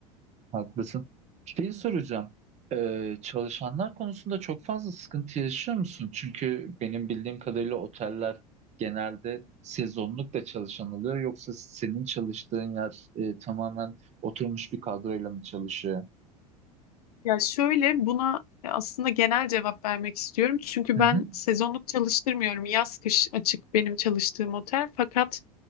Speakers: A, on the right; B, on the left.
A: Haklısın. Şeyi soracağım. Ee, çalışanlar konusunda çok fazla sıkıntı yaşıyor musun? Çünkü benim bildiğim kadarıyla oteller genelde sezonluk da çalışan oluyor. Yoksa senin çalıştığın yer e, tamamen oturmuş bir kadroyla mı çalışıyor?
B: Ya şöyle buna aslında genel cevap vermek istiyorum. Çünkü
A: Hı
B: ben
A: hı.
B: sezonluk çalıştırmıyorum. Yaz kış açık benim çalıştığım otel. Fakat